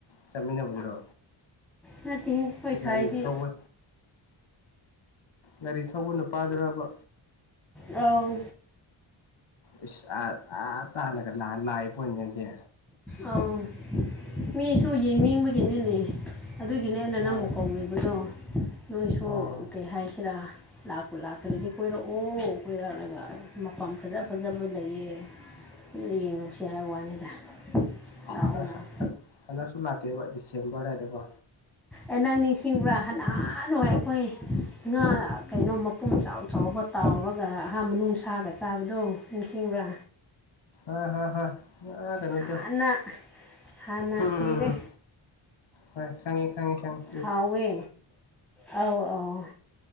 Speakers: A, on the left; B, in the centre.
A: ꯆꯠꯃꯤꯟꯅꯕꯗꯨꯔꯣ
B: ꯅꯠꯇꯦꯍꯦ ꯈꯣꯏ ꯁꯋꯥꯏꯗꯤ
A: ꯒꯥꯔꯤ ꯊꯧꯕ ꯒꯥꯔꯤ ꯊꯧꯕ ꯅꯨꯄꯥꯗꯨꯔꯕ
B: ꯑꯥꯎ
A: ꯥꯏꯁ ꯑꯥ ꯑꯥ ꯇꯥꯅꯒ ꯂꯥꯥ ꯂꯥꯛꯏ ꯄꯣꯅꯤꯅꯦ ꯑꯗꯤ
B: ꯑꯥꯎ ꯃꯤꯁꯨ ꯌꯦꯡꯅꯤꯡꯕꯒꯤꯅꯤꯅꯦ ꯑꯗꯨꯒꯤꯅꯦ ꯑꯩꯅ
A: ꯍꯣꯏ
B: ꯅꯪꯕꯨ ꯀꯧꯔꯤꯕꯗꯣ ꯅꯣꯏꯁꯨ
A: ꯑꯣ
B: ꯀꯩ ꯍꯥꯏꯁꯤꯔꯥ ꯂꯥꯛꯄꯨ ꯂꯥꯛꯇ꯭ꯔꯗꯤ ꯀꯣꯏꯔꯛꯑꯣ ꯀꯣꯏꯔꯛꯂꯒ ꯃꯐꯝ ꯐꯖ ꯐꯖꯕ ꯂꯩꯌꯦ
A: <inaudible>
B: ꯗꯨꯝ ꯌꯦꯡꯉꯨꯁꯤ ꯍꯥꯏꯕ ꯋꯥꯅꯤꯗ
A: ꯍꯟ
B: ꯂꯥꯛꯑꯣ ꯂꯥꯛꯑꯣ
A: ꯍꯟ ꯍꯟꯗꯛꯁꯨ ꯂꯥꯛꯀꯦꯕ ꯗꯤꯁꯦꯝꯕꯔ ꯗꯥꯏꯗꯀꯣ
B: ꯑꯦ ꯅꯪ ꯅꯤꯡꯁꯤꯡꯕ꯭ꯔꯥ ꯍꯅꯥꯅꯍꯥꯟꯋꯥꯢ ꯑꯩꯈꯣꯏ ꯉꯥ ꯀꯩꯅꯣ ꯃꯄꯨꯝ ꯆꯥꯎ ꯆꯥꯎꯕ ꯇꯥꯎꯔꯒ ꯑꯍꯥ ꯃꯅꯨꯡ ꯁꯥꯒ ꯆꯥꯕꯗꯣ ꯅꯤꯡꯁꯤꯡꯕ꯭ꯔꯥ
A: ꯑ ꯍꯣꯢ ꯍꯣꯢ ꯑꯥ ꯀꯩꯅꯣꯗꯣ
B: ꯍꯥꯟꯅ ꯍꯥꯟꯅ
A: ꯍꯝ
B: ꯀꯨꯏꯔꯦ
A: ꯍꯣꯏ ꯈꯪꯉꯦ ꯈꯪꯉꯤ ꯈꯪꯉꯤ
B: ꯍꯥꯎꯋꯦ ꯑꯧ ꯑꯧ